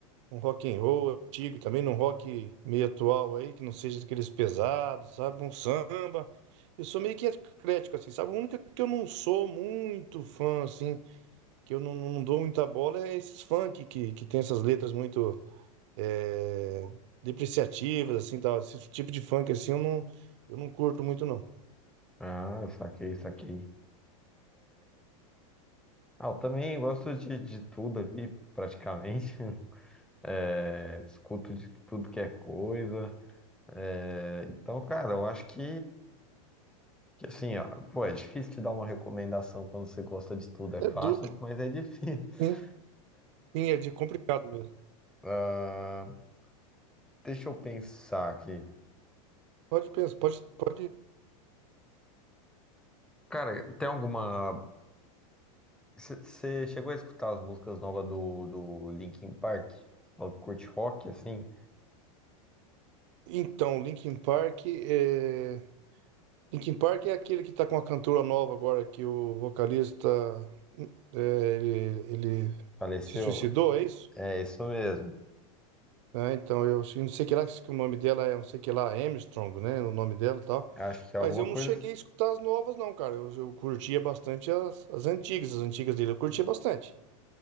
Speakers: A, on the right; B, in the centre.
A: Um rock and roll antigo também, num rock meio atual aí, que não seja daqueles pesados, sabe? Um samba. Eu sou meio que eclético, assim, sabe? O único que eu não sou muito fã, assim, que eu não, não dou muita bola é esses funk que, que tem essas letras muito é, depreciativas, assim, tal. Esse tipo de funk, assim, eu não, eu não curto muito, não.
B: Ah, saquei, saquei. Ah, eu também gosto de, de tudo ali, praticamente. <laughs> É, escuto de tudo que é coisa. É, então, cara, eu acho que, que assim, ó, pô, é difícil te dar uma recomendação quando você gosta de tudo. É
A: É
B: fácil,
A: duro,
B: mas é difícil.
A: sim,
B: <laughs>
A: sim, é de complicado mesmo.
B: Ah, deixa eu pensar aqui.
A: Pode pensar, pode, pode.
B: Cara, tem alguma Você chegou a escutar as músicas novas do, do Linkin Park? Falou que curte rock, assim?
A: Então, Linkin Park é. Linkin Park é aquele que tá com a cantora nova agora, que o vocalista é, ele, ele
B: Faleceu?
A: se suicidou, é isso?
B: É isso mesmo.
A: Né? Então eu sei- não sei que lá que o nome dela é, não sei que lá, Armstrong, né? O nome dela e tal.
B: Acho que é
A: Mas
B: alguma
A: eu
B: coisa
A: não cheguei
B: assim.
A: a escutar as novas, não, cara. Eu, eu curtia bastante as, as antigas, as antigas dele, eu curtia bastante.